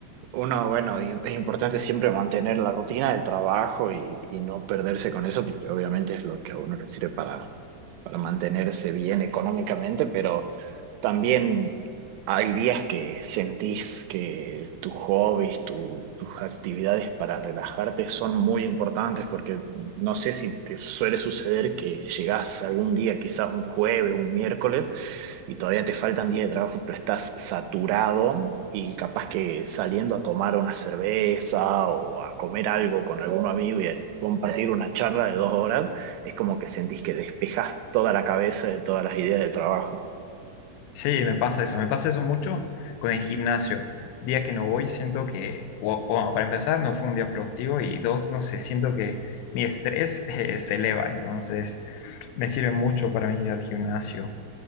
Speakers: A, on the right; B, on the left.
A: uno, bueno, im- es importante siempre mantener la rutina del trabajo y, y no perderse con eso, porque obviamente es lo que a uno le sirve para, para mantenerse bien económicamente, pero también hay días que sentís que tus hobbies, tu- tus actividades para relajarte son muy importantes, porque no sé si te suele suceder que llegás algún día, quizás un jueves, un miércoles y todavía te faltan días de trabajo, pero estás saturado y capaz que saliendo a tomar una cerveza o a comer algo con algún amigo y a compartir una charla de dos horas, es como que sentís que despejas toda la cabeza de todas las ideas del trabajo.
B: Sí, me pasa eso, me pasa eso mucho con el gimnasio. Día que no voy, siento que, wo- bueno, para empezar, no fue un día productivo y dos, no sé, siento que mi estrés <laughs> eh, se eleva, entonces me sirve mucho para mí ir al gimnasio.